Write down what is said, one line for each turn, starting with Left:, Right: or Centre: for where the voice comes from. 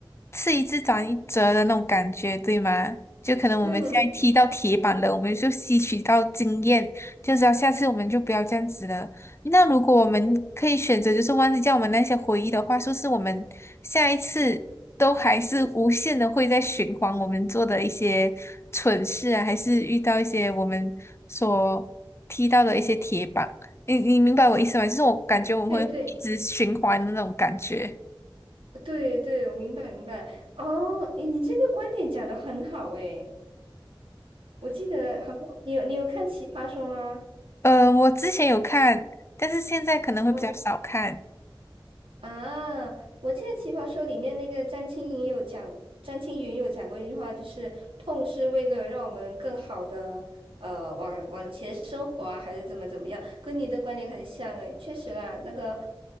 Left: 吃一堑长一智的那种感觉，对吗？就可能我们现在踢到铁板了，
Right: 嗯嗯，
Left: 我们就吸取到经验，就知道下次我们就不要这样子了。那如果我们可以选择，就是忘记掉我们那些回忆的话，说是我们下一次都还是无限的会在循环我们做的一些蠢事啊，还是遇到一些我们所踢到的一些铁板？你你明白我意思吗？就是我感觉我们会一直循环的那种感觉。
Right: 对对对对，我明白明白。哦，你你这个观点讲的很好诶，我记得好像你有你有看《奇葩说》吗？
Left: 呃，我之前有看，但是现在可能会比较少看。
Right: 嗯。啊，我记得《奇葩说》里面那个詹青云有讲，詹青云有讲过一句话，就是痛是为了让我们更好的呃往往前生活啊，还是怎么怎么样，跟你的观点很像诶，确实啦，那个